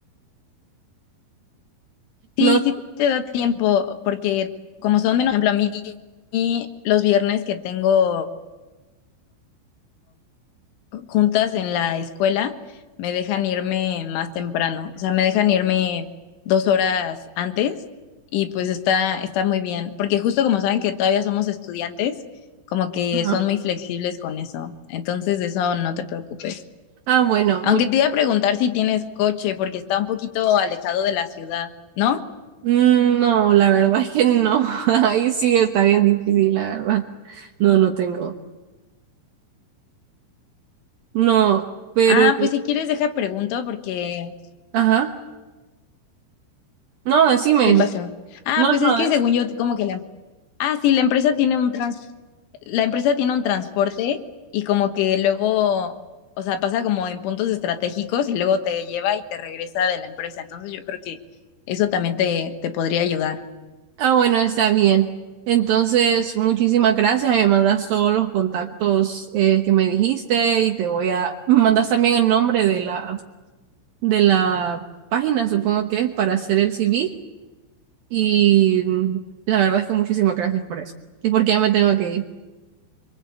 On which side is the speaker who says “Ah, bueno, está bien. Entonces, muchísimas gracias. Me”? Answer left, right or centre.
Right